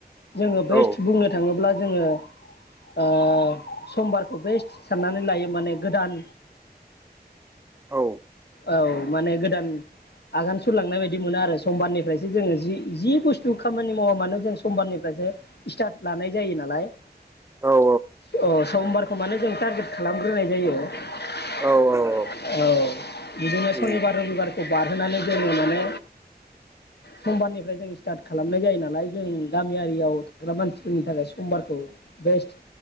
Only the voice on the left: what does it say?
जोंङो बेस्ट
बुंनो थाङोब्ला जोंङो ओ समबार बेस्ट साननानै लायो माने गोदान
औ माने गोदान आगान सुर लांनाय बि मोनो आरो समबारनिफ्रायसो जो जि बुस्थु जिथु खामानि मावा मानो जों समबारनिफ्रायसो स्टार्ट लानाय जायो नालाय
। अ समबार खौमाने जों टारगेट खालामग्रोनाय जायो ।
औ बिदिनो
सनिबार रबिबारखौ बारहोनानै जोंङो माने समबारनिफ्राय जों स्टार्ट खालामनाय जायो नालाय जों गामियारियाव थाग्रा मानसिफोरनि थाखाय समबारखौ बेस्ट